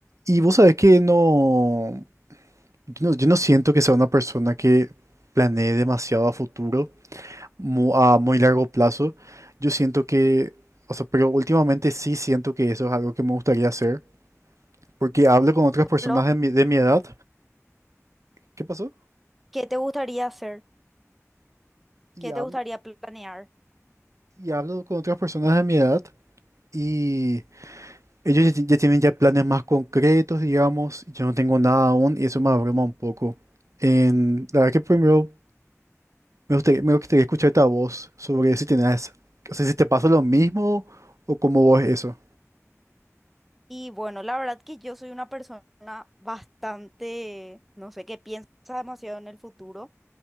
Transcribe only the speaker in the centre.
ejemplo,
¿qué te gustaría hacer?
¿Qué
te gustaría planear?
Y bueno, la verdad que yo soy una persona bastante, no sé, que piensa demasiado en el futuro.